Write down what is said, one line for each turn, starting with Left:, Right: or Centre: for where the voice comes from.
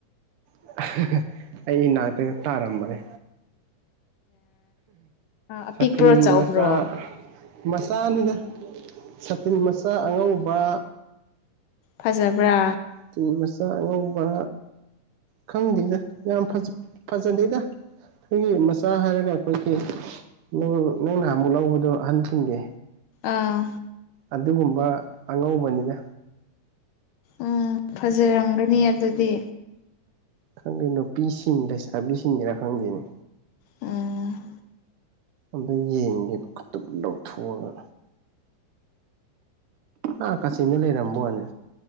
Right: <unintelligible> ꯑꯩ ꯏꯅꯥꯛꯇꯒ ꯇꯥꯔꯝꯕꯅꯦ
Left: ꯑꯄꯤꯛꯄ꯭ꯔꯣ
Right: ꯁꯥꯇꯤꯟ
Left: ꯆꯥꯎꯕ꯭ꯔꯣ
Right: ꯃꯥꯆꯥ ꯃꯆꯥꯅꯤꯗ ꯁꯥꯇꯤꯟ ꯃꯆꯥ ꯑꯉꯧꯕ
Left: ꯐꯖꯕ꯭ꯔꯥ
Right: ꯇꯤꯟ ꯃꯆꯥ ꯑꯉꯧꯕ ꯈꯪꯗꯦꯗ ꯌꯥꯝ ꯐꯖꯗꯦꯗ ꯑꯩꯈꯣꯏꯒꯤ ꯃꯆꯥ ꯍꯥꯏꯔꯒ ꯑꯩꯈꯣꯏꯒꯤ ꯅꯪ ꯅꯪꯅ ꯅꯍꯥꯟꯑꯃꯨꯛ ꯂꯧꯕꯗꯣ ꯑꯍꯟꯁꯤꯡꯒꯤ
Left: ꯑꯥ
Right: ꯑꯗꯨꯒꯨꯝꯕ ꯑꯉꯧꯕꯅꯤꯗ
Left: ꯎꯝ ꯐꯖꯔꯝꯒꯅꯤ ꯑꯗꯨꯗꯤ
Right: ꯈꯪꯗꯦ ꯅꯨꯄꯤꯁꯤꯡ ꯂꯩꯁꯥꯕꯤꯁꯤꯡꯒꯤꯔꯥ ꯈꯪꯗꯦꯅꯦ
Left: ꯎꯝ
Right: ꯑꯗ ꯌꯦꯡꯒꯦ ꯈꯨꯇꯞ ꯂꯧꯊꯣꯛꯑꯒ ꯑꯥ ꯀꯥꯆꯤꯡꯗ ꯂꯩꯔꯝꯕ ꯋꯥꯅꯦ